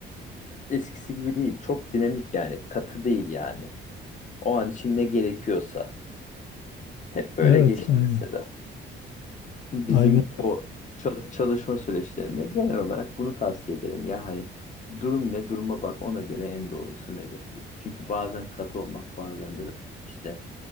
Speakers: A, on the left; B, on the left.
A: eskisi gibi değil çok dinamik yani katı değil yani o an için ne gerekiyorsa hep böyle
B: Evet,
A: geçti
B: aynen.
A: mesela. bizim
B: Aynen,
A: o ça- çalışma süreçlerinde genel olarak bunu tavsiye ederim. Ya hani durum ne duruma bak ona göre en doğrusu nedir? Çünkü bazen katı olmak bazen de işte